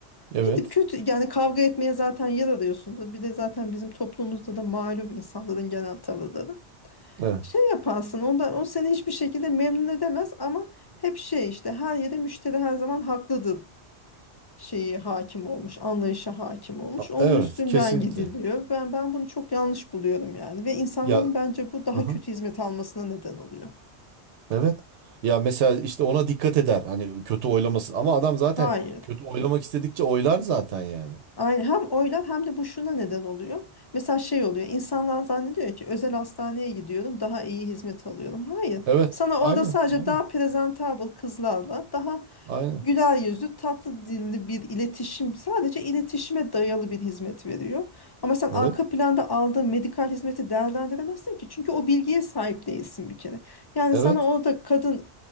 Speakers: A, on the right (about 85°); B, on the left (about 30°).
A: Evet.
B: Gidip kötü yani kavga etmeye zaten yer arıyorsundur. Bir de zaten bizim toplumumuzda da malum insanların genel tavırları.
A: Evet.
B: Şey yaparsın ondan o seni hiçbir şekilde memnun edemez ama hep şey işte her yerde müşteri her zaman haklıdır şeyi hakim olmuş, anlayışa hakim olmuş.
A: A-
B: Onun
A: Evet.
B: üstünden
A: Kesinlikle.
B: gidiliyor. Ben ben bunu çok yanlış buluyorum yani ve insanların
A: Ya
B: bence bu daha
A: aha,
B: kötü hizmet almasına neden oluyor.
A: evet. Ya mesela işte ona dikkat eder. Hani kötü oylamasın. Ama adam zaten
B: Hayır.
A: kötü oylamak istedikçe oylar zaten yani.
B: Aynen hem oylar hem de bu şuna neden oluyor. Mesela şey oluyor insanlar zannediyor ki özel hastaneye gidiyorum daha iyi hizmet alıyorum. Hayır
A: Evet.
B: sana orada
A: Aynen.
B: sadece
A: Aynen.
B: daha presentable kızlarla daha
A: Aynen.
B: güler yüzlü tatlı dilli bir iletişim sadece iletişime dayalı bir hizmet veriyor. Ama sen arka
A: Evet.
B: planda aldığın medikal hizmeti değerlendiremezsin ki çünkü o bilgiye sahip değilsin bir kere. Yani
A: Evet.
B: sana orada kadın